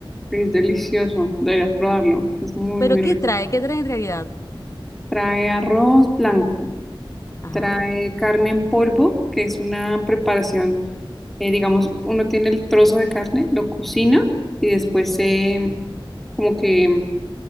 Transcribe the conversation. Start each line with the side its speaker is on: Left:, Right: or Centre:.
Centre: Y es delicioso, deberías probarlo. Es muy,
Left: Pero
Centre: muy
Left: ¿qué
Centre: rico.
Left: trae? ¿Qué trae en realidad?
Centre: Trae arroz blanco,
Left: Ajá.
Centre: trae carne en polvo, que es una preparación. eh, digamos, uno tiene el trozo de carne, lo cocina y después se, como que